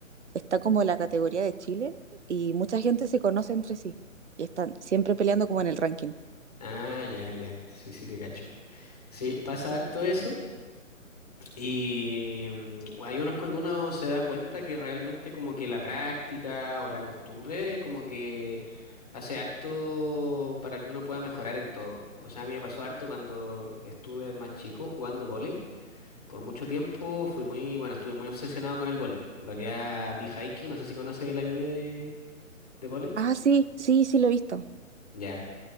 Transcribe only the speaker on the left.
Ah, ya, ya, sí, sí, te cacho. Sí, pasa harto eso. Y mm, hay unos cuando uno se da cuenta que realmente como que la práctica o la costumbre como que hace harto para que uno pueda mejorar en todo. O sea, a mí me pasó harto cuando estuve más chico jugando vóley. Por mucho tiempo fui muy, bueno, estuve muy obsesionado con el vóley. En realidad vi Haikyuu, no sé si conoces el anime de, de vóley.
Ya.